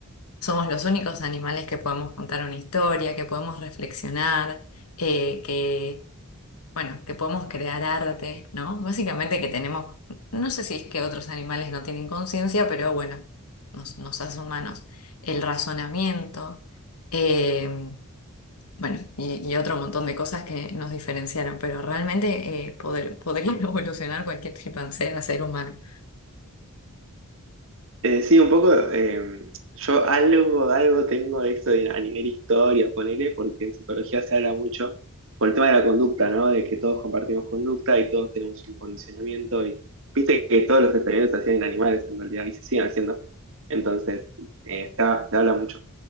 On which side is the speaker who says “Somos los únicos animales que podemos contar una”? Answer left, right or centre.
Left